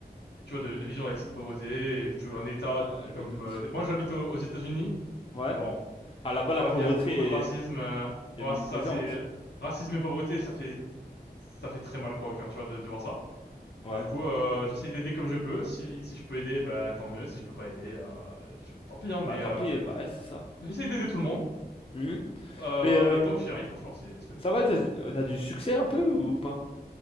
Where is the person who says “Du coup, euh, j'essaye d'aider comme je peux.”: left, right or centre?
Left